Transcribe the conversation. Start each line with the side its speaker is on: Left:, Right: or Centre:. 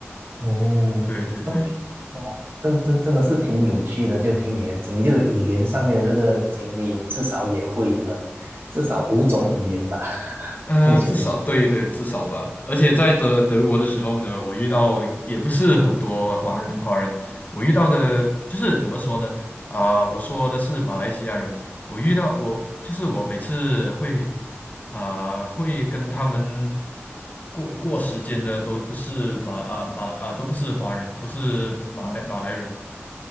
Right: 哦，OK，
Left: 对对对。
Right: 哇，真真真的是挺有趣的，就听你的经历，就是语言上面的这个经历，你至少也会可能至少五种语言吧，<laughs>
Left: 呃，
Right: 目前来说。
Left: 至少对对，至少吧。而且在德德国的时候呢，我遇到也不是很多华人，华人我遇到的就是怎么说呢？啊、我说的是马来西亚人，我遇到我就是我每次会啊、会跟他们过过时间的都不是马啊马啊都不是华人，都是马来马来人，